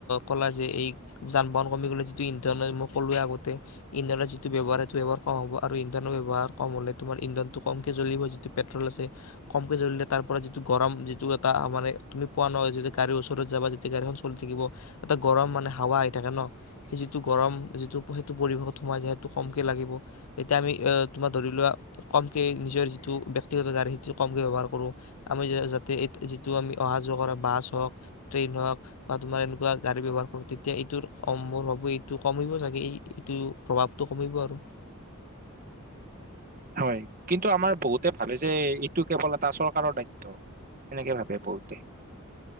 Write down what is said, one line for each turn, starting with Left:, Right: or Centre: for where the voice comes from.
Left: ক'লা যে এই যান বাহন কমি গ'লে যিটো ইন্ধনৰ মই কলোৱেই আগতে ইন্ধনৰ যিটো ব্যৱহাৰ সেইটোৰ কম হ'ব আৰু ইন্ধনৰ ব্যৱহাৰ কম হলে তোমাৰ ইন্ধনটো কমকে জ্বলিব যিটো পেট্ৰল আছে কমকে জ্বলিলে তাৰ পৰা যিটো গৰম যিটো এটা মানে। তুমি পোৱা নহ যতিদি গাড়ীৰ ওচৰত যাবা যেতিয়া গাড়ীখন চলি থাকিব এটা গৰম মানে হাৱা আহি থাকে ন সেই যিটো গৰম যিটো সেইটো পৰিৱেশত সোমাই যায় সেইটো কমকৈ লাগিব তেতিয়া আমি তোমাৰ ধৰি লোৱা কমকে নিজৰ যিটো ব্যক্তিগত গাড়ী সেইটো কমকৈ ব্যৱহাৰ কৰোঁ আমি যাতে এই যিটো আমি। অহা যোৱা কৰা বাছ হওঁক ট্ৰেইন হওক বা তোমাৰ এনেকুৱা গাড়ী ব্যৱহাৰ কৰো তেতিয়া এইটো মোৰ ভাবো এইটো কমিব চাগে এইটো প্ৰভাৱটো কমিব আৰু।
Right: হয় কিন্তু আমাৰ বহুতে ভাবে যে এইটো কেৱল এটা চৰকাৰৰ দায়িত্ব সেনেকে ভাবে বহুতে।